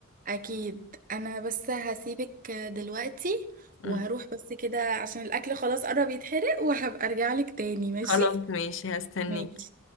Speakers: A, on the right; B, on the left.
A: اكيد انا بس هسيبك دلوقتي وهروح
B: امم
A: بس كده عشان الاكل خلاص قرب يتحرق وهبقى ارجع لك تاني ماشي
B: خلاص ماشي هستنيك
A: ماشي